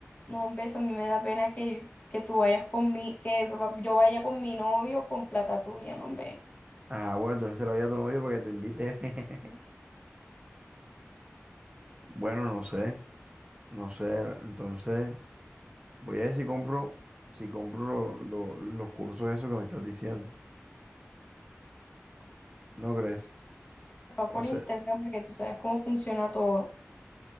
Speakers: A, on the left; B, on the right.
A: No, un beso, a mí me da pena que, que tú vayas con mi, que va- yo vaya con mi novio con plata tuya, no, hombre.
B: Ah, bueno, entonces se la voy a tu novio para que te invite. <laughs> Bueno, no sé. No sé, entonces voy a ver si compro, si compro lo- lo- los cursos esos que me estás diciendo. ¿No crees?
A: Va
B: O
A: por
B: sea,
A: internet porque tú sabes cómo funciona todo.